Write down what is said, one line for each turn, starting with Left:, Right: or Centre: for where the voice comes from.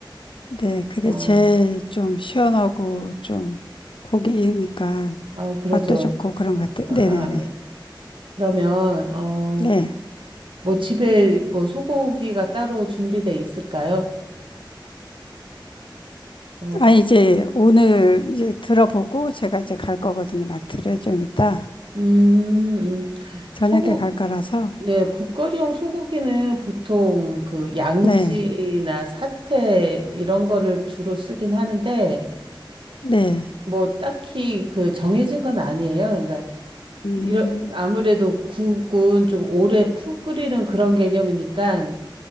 Left: 네, 그게
Right: 어,
Left: 제일 좀 시원하고 좀 고기니까
Right: 아, 그러죠.
Left: 맛도 좋고 그런
Right: 아,
Left: 것 같아요.
Right: 아,
Left: 네네네.
Right: 아, 네. 그러면, 어,
Left: 네.
Right: 뭐 집에 뭐 소고기가 따로 준비돼 있을까요? 어,
Left: 아,
Right: 표-
Left: 이제 오늘 이제 들어보고 제가 이제 갈 거거든요. 마트를 좀 이따
Right: 음, 음.
Left: 저녁에
Right: 소고,
Left: 갈 거라서.
Right: 네, 국거리용 소고기는 보통 그 양지나
Left: 네.
Right: 사태 이런 거를 주로 쓰긴 하는데,
Left: 네.
Right: 뭐 딱히 그 정해진 건 아니에요. 그러니까
Left: 음,
Right: 이런, 아무래도 국은 좀 오래 푹 끓이는 그런 개념이니까